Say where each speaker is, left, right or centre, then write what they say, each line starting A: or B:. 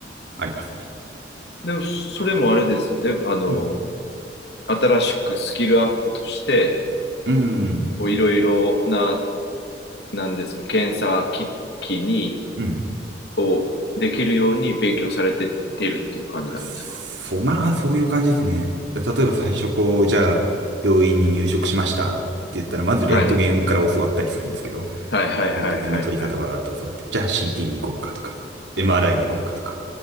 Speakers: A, on the right; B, on the left.
A: ありますね。
B: でも、それもあれですよね。あの、
A: うん。
B: 新しくスキルアップとして、
A: うん。
B: こういろいろな、なんですか、検査機器に、
A: うん。
B: をできるように勉強されてってるっていう感じなんですか
A: そう、まあ、そういう感じですね。例えば最初こう、じゃあ、病院に入職しましたって言ったら、まずレントゲンから教わったりするんですけど、
B: はい。はいはいはいはいはい。
A: レントゲンの取り方ばーっと教わって、じゃあ CT に行こうかとか、MRI に行こうかとか。